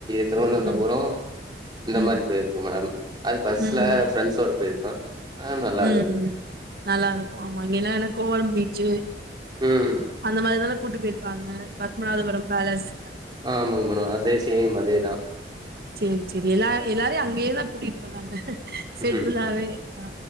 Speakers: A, on the right; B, on the right.
A: திருவனந்தபுரம்
B: ம்
A: இந்த
B: ம்
A: மாரி பேயிர் கோ மேடம் அது பஸ்ல
B: ம் ம்
A: ஃப்ரெண்ட்ஸோட போயிருக்கேன் ஆ நல்லா
B: ம்
A: இருக்கு
B: ம் நல்லா இருக்கும் ஆமா இங்கல்லாம் என்னா கோவலம் பீச்சு
A: ம்
B: அந்த மாதிரிதால கூட்டி போயிருப்பாங்க பத்மநாதபுரம் பேலஸ்
A: ஆ ஆமாங்க மேம் அதே சேம் அதேதான்
B: சேரி சேரி எல்லார எல்லாரையும் அங்கேயே தான் கூட்டிகிட்டு போறாங்க செட்டூலாவே
A: ம்
B: ஆ